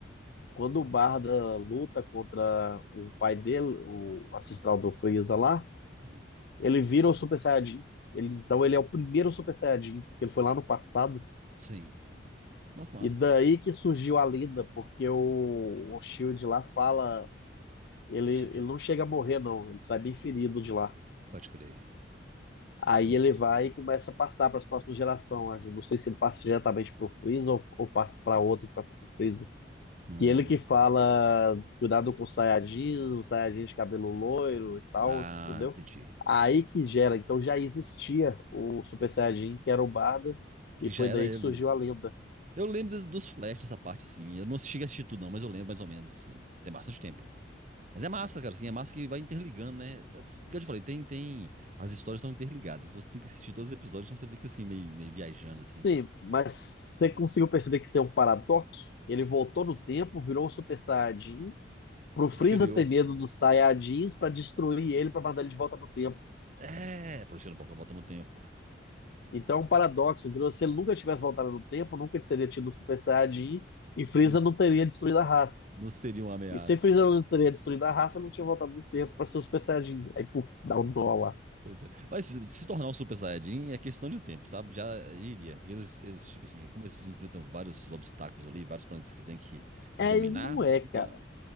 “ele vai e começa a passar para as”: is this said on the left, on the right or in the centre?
Left